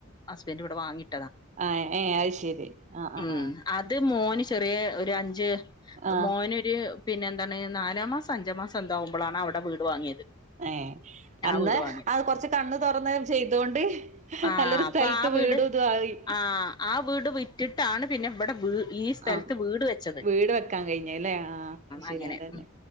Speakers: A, on the left; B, on the right.
A: ഹസ്ബന്റ്വ്ടെ വാങ്ങിട്ട്
B: ആഹ് ഏ അയ് ശെരി അ ആ
A: ഉം
B: ആഹ്.
A: അത് മോന് ചെറിയ ഒരു അഞ്ച്
B: ആഹ്
A: മോന്. ഹ് പിന്നെ എന്താണ് നാലാ മാസൊ അഞ്ചാ മാസൊ എന്തൊആവുമ്പളാണ് അവിടെ വീട് വാങ്ങിയത്.
B: ഏ
A: ആ
B: അന്ന്
A: വീട് വാങ്ങിയത്
B: അത് കൊറച്ച് കണ്ണ് തുറന്ന് ചെയ്തൊണ്ട് ഹ്ഹ
A: ആ
B: നല്ലൊരു
A: അപ്പൊ
B: സ്ഥലത്ത്
A: ആ വീട്
B: വീടു തു ആയി.
A: ആ ആ വീട് വിറ്റിട്ടാണ് പിന്നെ ഇവിടെ വീ ഈ സ്ഥലത്ത്
B: ആഹ്
A: വീട് വെച്ചത്
B: വീട് വെക്കാൻ കഴിഞ്ഞഹ് ലേ. ആ അഹ് ശെരി
A: അങ്ങനെ
B: അതന്നെ
A: ഉം